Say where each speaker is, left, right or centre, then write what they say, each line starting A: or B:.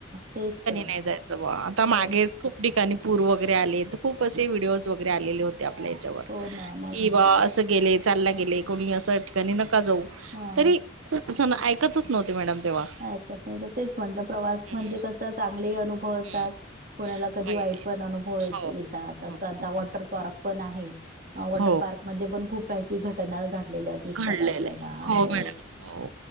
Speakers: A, on the right; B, on the right.
A: तेच तर
B: नाही जायचं ब आता मागेच
A: हो,
B: खूप ठिकाणी पूर वगैरे आले खूप असे व्हिडिओज वगैरे आलेले होते आपल्या याच्यावर
A: हो ना मग.
B: कि बा असं गेले चालला गेले कोणी अस नका जाऊ
A: हां,
B: तरी खूप ऐकतच नव्हते मॅडम तेव्हा
A: ऐकत तेच म्हणत प्रवास म्हणजे
B: हम्म
A: कस चांगली अनु असात
B: हम्म.
A: कोणाला कधी
B: वाईटच
A: वाईट पण अनुभव येतात
B: हो हं
A: अस आता वॉटर
B: हं
A: पार्क पण आहे वॉटर
B: हो
A: पार्क म पण खूप काही घटना घ दिसतात
B: घडलेलं
A: आपल्याला
B: आहे
A: हो
B: मॅडम हो